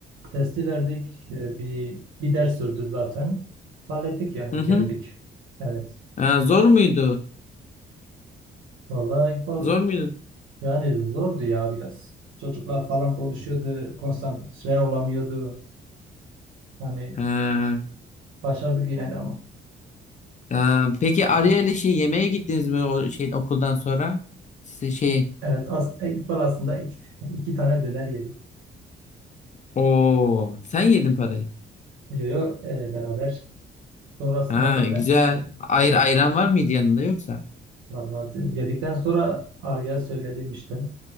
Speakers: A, on the right; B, on the left.
A: Testi verdik. Ee, bir bir ders sürdü zaten. Hallettik yani
B: Hı hı.
A: geldik. Evet.
B: Ha, zor muydu?
A: Vallahi İkbal
B: Zor muydu?
A: yani zordu ya biraz. Çocuklar falan konuşuyordu. Konsantre olamıyordu. Yani
B: Ha.
A: başardık yine de ama.
B: Ha, Peki Arya ile şey yemeğe gittiniz mi o şey okuldan sonra? Size şey
A: Evet as, İkbal aslında iki, iki tane döner yedik.
B: o sen yedin parayı.
A: Yo yo e, beraber Sonrasında
B: Ha
A: zaten
B: güzel. Ayr
A: evet,
B: ayran var mıydı yanında yoksa?
A: var vardı. Yedikten sonra Arya söyledim işte.